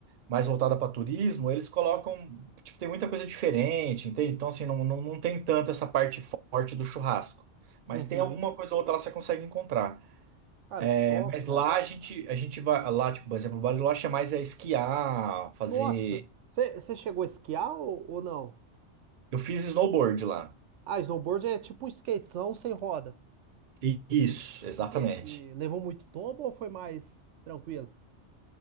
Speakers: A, on the right (about 55°); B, on the right (about 80°).
A: mais voltada para turismo, eles colocam, tipo, tem muita coisa diferente, entende? Então, assim, não, não, não tem tanto essa parte forte do churrasco. Mas
B: Uhum.
A: tem alguma coisa ou outra lá que você consegue encontrar.
B: Cara,
A: É,
B: que top,
A: mas
B: cara.
A: lá a gente, a gente vai, lá, tipo, por exemplo, Bariloche é mais é esquiar, fazer.
B: Nossa, Você chegou a esquiar ou, ou não?
A: Eu fiz snowboard lá.
B: ah, snowboard é tipo um skatezão sem roda.
A: I- Isso, exatamente.
B: E, que, e levou muito tombo ou foi mais tranquilo?